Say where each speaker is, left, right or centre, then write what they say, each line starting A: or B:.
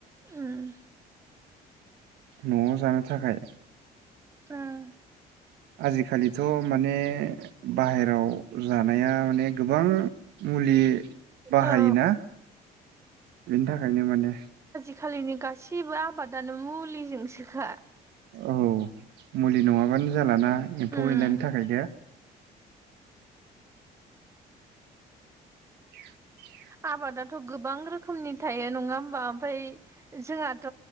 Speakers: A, on the right; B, on the right.
A: उम
B: न'आव जानो थाखाय
A: उम
B: आजिखालिथ' माने बाहेरायाव जानाया माने गोबां मुलि बाहायोना
A: औ
B: बेनि थाखायनो माने।
A: आथिखालिनि गाससिबो आबादानो मुलिजोंसोखा।
B: औ मुलि नङाबानो जालाना एम्फौ
A: उम
B: एनलानि थाखाय दे <inaudible> <inaudible>
A: आबादाथ' गोबां रोखोमनि थायो नङा होमबा ओमफ्राय जोंहाथ'